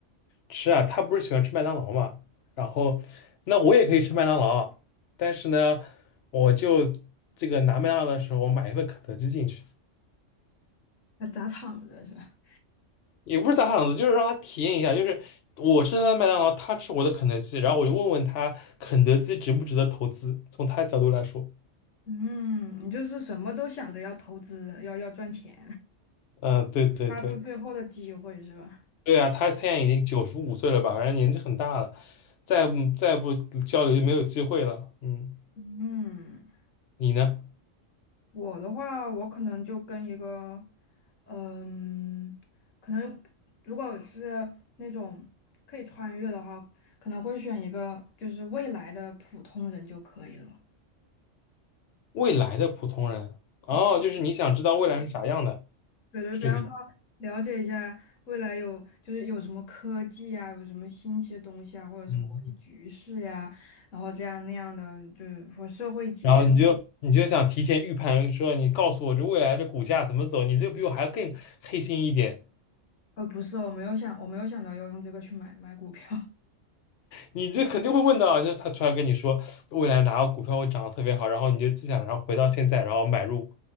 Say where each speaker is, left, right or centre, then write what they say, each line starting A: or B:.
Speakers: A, on the left; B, on the left.
A: 吃啊，他不是喜欢吃麦当劳嘛，然后那我也可以吃麦当劳，但是呢，我就这个拿麦当劳的时候，我买一份肯德基进去，
B: 那砸场子是吧？
A: 也不是打赏子，就是让他体验一下，就是我吃他的麦当劳，他吃我的肯德基，然后我就问问他肯德基值不值得投资，从他的角度来说，
B: 嗯，你就是什么都想着要投资，要要赚钱，
A: 嗯，对对对，
B: <laughs> 抓住最后的机会是吧？
A: 对啊，他现在已经九十五岁了吧，反正年纪很大了，再不再不交流就没有机会了，嗯，
B: 嗯。
A: 你呢？
B: 我的话，我可能就跟一个，嗯，可能如果是那种可以穿越的话，可能会选一个就是未来的普通人就可以了。
A: 未来的普通人，哦，
B: 对，
A: 就是你想知道未来是啥样的，
B: 对，对比方说
A: 是这个意思。
B: 了解一下未来有就是有什么科技啊，有什么新奇的东西啊，或者是国际局势呀、
A: 嗯，
B: 然后这样那样的，就是和社会结，
A: 然后你就你就想提前预判，说你告诉我这未来的股价怎么走，你这比我还要更黑心一点，
B: 呃，不是，我没有想，我没有想到要用这个去买买股票。
A: 你这肯定会问到啊，就是他突然跟你说未来哪个股票会涨得特别好，然后你就自想，然后回到现在，然后买入。